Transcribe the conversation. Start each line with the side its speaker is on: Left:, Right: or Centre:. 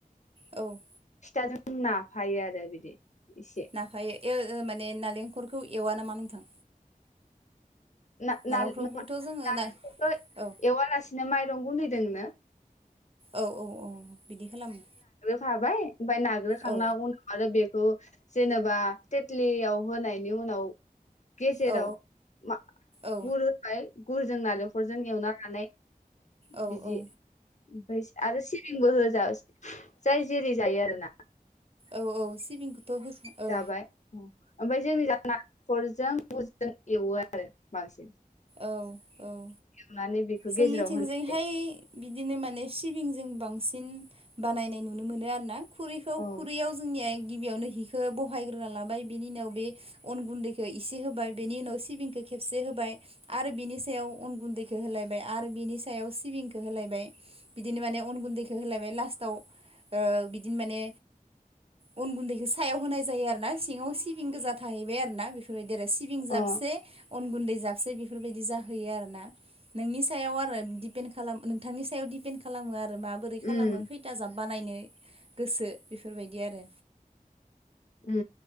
Right: औ
Left: फिथाजों नाफायो आरो बिदि एसे
Right: नाफायो ओ ओ माने नालेंखरखौ एवा नामा नोंथां
Left: ना-ना-ना-नालेंखरखो
Right: नालेंखरखौथ' जोङो ना औ
Left: एवालासिनो माइरं गुन्दैदोंनो
Right: औ औ औ बिदि खालामो
Left: हाबाय ओमफ्राय नाग्रोखांना
Right: औ
Left: उनाव आरो बेखौ जेन बा थेथलियाव होनायनि उनाव गेजेराव
Right: औ
Left: मा
Right: औ
Left: गुर होबाय गुर जों नालेंखरजों एवना लानाय
Right: औ
Left: बिदि
Right: औ
Left: ओमफ्राय आरो सिबिंबो होजायो जाय जेरै जायो आरो ना।
Right: औ औ सिबिंखौथ' होखा औ
Left: जाबाय ओमफ्राय जोंनि नारेंखरजों एवो आरो बांसिन।
Right: औ औ
Left: एवनानै बेखौ
Right: जोंनिथिंजैहाय
Left: गेजेराव होनाय जायो
Right: बिदिनो माने सिबिं जों बांसिन बानायनाय नुनो मोनो आरो ना खुरैखौ
Left: औ
Right: खुरैयाव जोंनिया गिबियावनो हिखो बहायग्रोना लाबाय बेनि उनाव बे अन गुन्दैखौ इसे होबाय बेनि उनाव सिबिंखौ खेबसे होबाय आरो बिनि सायाव अन गुन्दैखौ होलाय बाय आरो बिनि सायाव सिबिंखो होलायबाय बिदिनो माने अन गुन्दैखो होलायबाय लास्टाव ओ बिदिनो माने अन गुन्दैखो सायाव होनाय जायो आरो ना सिङाव सिबिं गोजा थाहैबाय आरो ना बेफोरबायदि जेरै सिबिं जाबसे
Left: अ
Right: अन गुन्दै जाबसेै बेफोरबायदि जाहैयो आरो ना। नोंनि सायाव आरो दिपेन खालाम नोंथांनि सायाव दिपेन्ड खालामो आरो माबोरै खालामो
Left: उम
Right: खैथा जाब बानायनो गोसो बेफोरबायदि आरो।
Left: उम